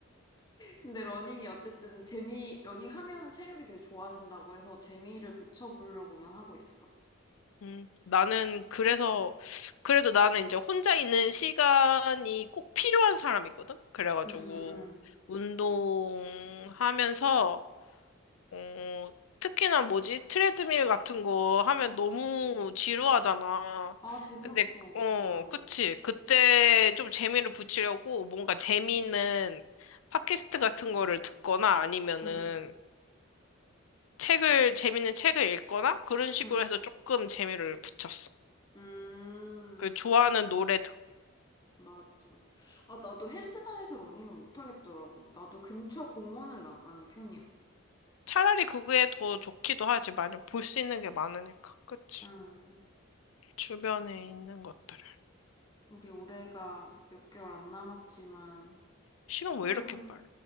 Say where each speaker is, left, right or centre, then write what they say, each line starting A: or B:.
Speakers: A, on the left; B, on the left.
A: 근데 러닝이 어쨌든 재미, 러닝 하면은 체력이 되게 좋아진다고 해서 재미를 붙여보려고는 하고 있어.
B: 음, 나는 그래서 그래도 나는 이제 혼자 있는 시간이 꼭 필요한 사람이거든. 그래가지고
A: 응, 응, 응.
B: 운동하면서 어, 특히나 뭐지? 트레드밀 같은 거 하면 너무 지루하잖아.
A: 아, 재미없어.
B: 근데 어,
A: 응,
B: 그치. 그때 좀 재미를 붙이려고 뭔가 재미있는 팟캐스트 같은 거를 듣거나 아니면은
A: 응,
B: 책을 재밌는 책을 읽거나 그런 식으로
A: 응.
B: 해서 조금 재미를 붙였어.
A: 음,
B: 그 좋아하는 노래 듣
A: 맞아. 아, 나도 헬스장에서 러닝은 못하겠더라고. 나도 근처 공원을 나가는 편이야.
B: 차라리 그게 더 좋기도 하지. 만약 볼 수 있는 게 많으니까. 그치?
A: 응.
B: 주변에 있는 것들을.
A: 우리 올해가 몇 개월 안 남았지만,
B: 시간
A: 세운,
B: 왜 이렇게 빨라?